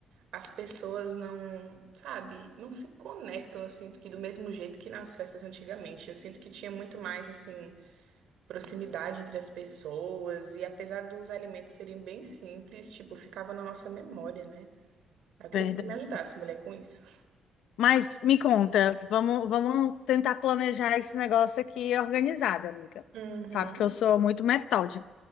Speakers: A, on the right; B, on the left.
A: as pessoas não, sabe, não se conectam, eu sinto que do mesmo jeito que nas festas antigamente. Eu sinto que tinha muito mais, assim, proximidade entre as pessoas, e apesar dos alimentos serem bem simples, tipo, ficava na nossa memória, né? Eu queria
B: Verdade.
A: que você me ajudasse, mulher, com isso.
B: Mas me conta, vamos, vamos tentar planejar esse negócio aqui organizado, amiga.
A: Uhum,
B: Sabe que eu sou muito metódica,